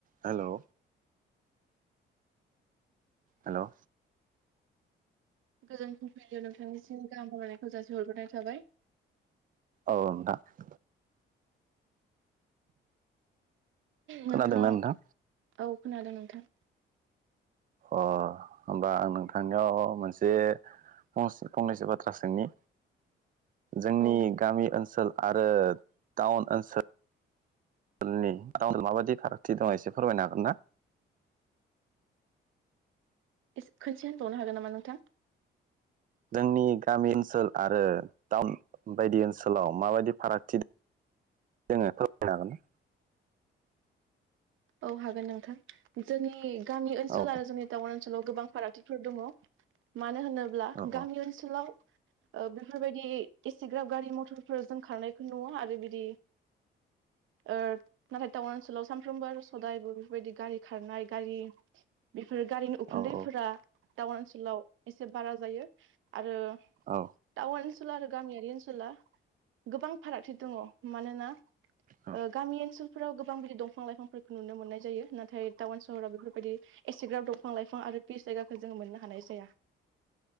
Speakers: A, on the right; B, on the right.
A: हेलौ हेल'
B: गोजोन फुंबिलियाव नोंथांनिसिम गाहाम हामलायनायखौ जासि हरग्रोनाय थाबाय।
A: औ नोंथां
B: नोंथाङा
A: खोनादोंना नोंथां
B: औ खोनादों नोंथां
A: अ होमबा आं नोंथांनियाव मोनसे <unintelligible> फंनैसो बाथ्रा सोंनि जोंनि
B: औ
A: गामि ओनसोल आरो टाउन ओनसोल <unintelligible> माबायदि फारागथि दं एसे फोरमायनो हागोन ना?
B: एस खोनसे होनबावनो हागोन नामा नोंथां?
A: जोंनि गामि ओनसोल आरो टाउन बायदि ओनसोलाव माबायदि फारागथि जोङो फोर <unintelligible> हागोना
B: औ हागोन नोंथां जोंनि गामि ओनसोल
A: औ दे
B: आरो जोंनि टाउन ओनसोलाव गोबां फारागथिफोर दङ' मानो होनोब्ला
A: औ
B: गामि ओनसोलाव ओ बेफोरबायदि एसेग्राब गारि मथरफोर जों खारनायखौ नुवा आरो बिदि ओ नाथाय टाउन ओनसोलाव सफ्रामबो आरस हदायबो बेफोरबायदि गारि खारनाय गारि बेफोर गारिनि उखुन्दैफोरा
A: औ औ
B: टाउन ओनसोलाव एसे बारा जायो आरो
A: औ
B: टाउन ओनसोल आरो गामियारि ओनसोला गोबां फारागथि दङ'। मानोना
A: औ
B: ओ गामि ओनसोलफोराव गोबां बिदि दंफां लाइफांफोर नुनो मोननाय जायो नाथाय टाउन सहराव बेफोरबायदि एसेग्राब दंफां लाइफां आरो पिस जायगाखौ जोङो मोननो हानाय जाया।